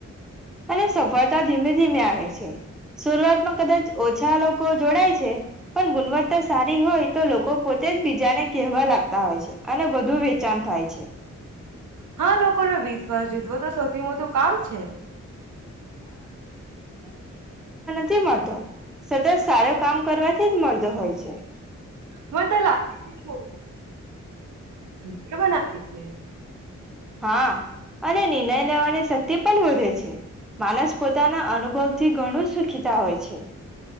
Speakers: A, in the centre; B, on the right.
A: અને સફળતા ધીમે ધીમે આવે છે. શરૂઆતમાં કદાચ ઓછા લોકો કો જોડાય છે. પણ ગુણવત્તા સારી હોય તો લોકો પોતે જ બીજાને કહેવા લાગતા હોય છે, અને વધુ વેચાણ થાય છે.
B: હા લોકોને વિશ્વાસ જીતવો તો સૌથી મોટું કામ છે.
A: તેમાં તો સતત સારું કામ કરવાથી <unintelligible> મડતો હોય છે.
B: મને તો લાગે <unintelligible> બનાવે છે.
A: હા અને નિર્ણય લેવાની શક્તિ પણ વધે છે, માણસ પોતાના અનુભવથી ઘણું સુખીતા હોય છે.